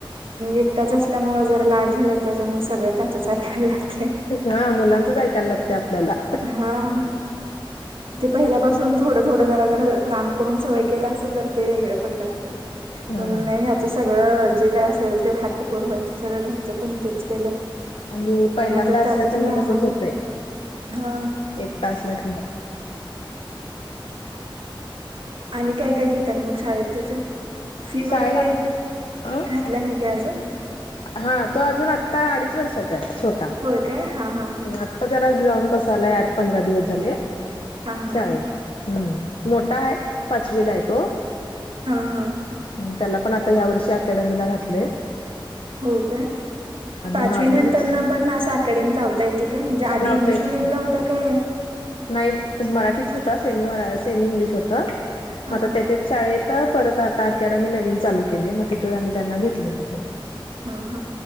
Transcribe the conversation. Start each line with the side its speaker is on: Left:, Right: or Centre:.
Right: एकटाच असं ल्यामुळ जरा लाड झालंय त्याच्यामुळे सगळं त्याच च ऐक लागतंय
Left: हा मुलांचच ऐकायला लागते आपल्याला
Right: हा, ते पहिल्यापासून थोडं थोडं जरा, जरा लांब करून सवय केल असतं तर ते वेगळं पडल असतं.
Left: हा
Right: पण, नाही हयाच सगळं जे काय असेल, ते हट्ट पुरवायचे, सगळं घरचे पण तेच केलं.
Left: आणि पहिल्यांदा
Right: आता
Left: असला
Right: त्याच
Left: क
Right: सगळं
Left: नाही
Right: आम्हाना
Left: तसच होतंय.
Right: हा
Left: एकटाच असला की
Right: आणि काय, काय घेतात मग शाळेत त्याच्या फी वगैरे,
Left: शाळेत आता अ
Right: घातला नाही काय अजून?
Left: हा, तो अजून आता अडीच वर्षाचा आहे छोटा,
Right: होय काय हा हा हा
Left: आता जरा जाऊन बसालाय आठ पंधरा दिवस झाले.
Right: हा हा हा
Left: शाळेत हम्म मोठा आहे पाचवीला आहे तो..
Right: हा हा.
Left: त्याला पण आता या वर्षी अकॅडमीला घातले.
Right: होय का. पाचवी
Left: नॉर्मलच
Right: नंतर न पण असा अकॅडमी लावता येते काय म्हणजे आधी
Left: लावता
Right: इंग्लिश
Left: येत
Right: मिडियम ला होता काय..
Left: नाही मराठीच होता सेमी सेमी इंग्लिश होत
Right: हा
Left: म त्याच्याच
Right: हा
Left: शाळेत.. तर परत आता अकॅडमी नवीन चालू केली आहे मग तिथं आणि त्यांना घेतलंय तिथं.
Right: हा हा